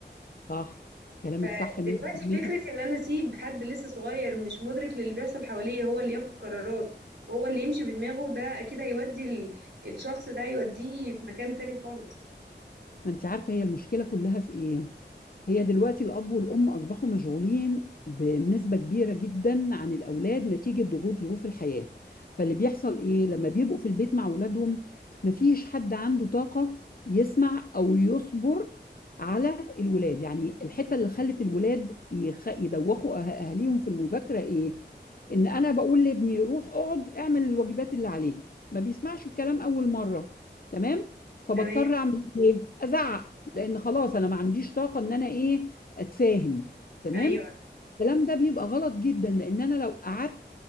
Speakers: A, on the left (about 50°); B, on the right (about 70°).
A: صح كلامك
B: فدلوقتي
A: صح 100%
B: فكرة ان انا اسيب حد لسه صغير مش مدرك للي بيحصل حواليه هو اللي ياخد قرارات وهو اللي يمشي بدماغه ده اكيد هيودي ال- الشخص ده هيوديه في مكان تاني خالص
A: ما أنت عارفة هي المشكلة كلها في إيه؟ هي دلوقتي الأب والأم أصبحوا مشغولين بنسبة كبيرة جدا عن الأولاد نتيجة ضغوط ظروف الحياة فاللي بيحصل إيه لما بيبقوا في البيت مع أولادهم مفيش حد عنده طاقة يسمع أو يصبر على الولاد يعني الحتة اللي خلت الولاد يخ... يدوخوا أه- أهاليهم في المذاكرة إيه إن أنا بقول لابني روح اقعد اعمل الواجبات اللي عليك ما بيسمعش الكلام أول مرة تمام فبضطر
B: تمام
A: أعمل إيه أزعق لان خلاص انا ما عنديش طاقه ان انا ايه اتفاهم تمام
B: ايوه
A: الكلام ده بيبقى غلط جدا لان انا لو قعدت